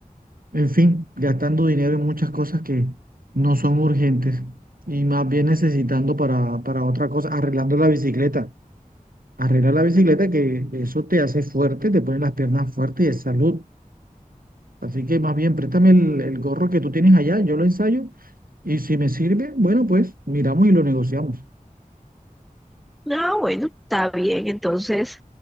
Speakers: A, on the right (about 80°); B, in the centre.
A: En fin, gastando dinero en muchas cosas que no son urgentes y más bien necesitando para, para otra cosa, arreglando la bicicleta. Arreglar la bicicleta, que eso te hace fuerte, te pone las piernas fuertes y es salud. Así que más bien, préstame el, el gorro que tú tienes allá, yo lo ensayo y si me sirve, bueno, pues miramos y lo negociamos.
B: Ah, bueno, está bien. Entonces,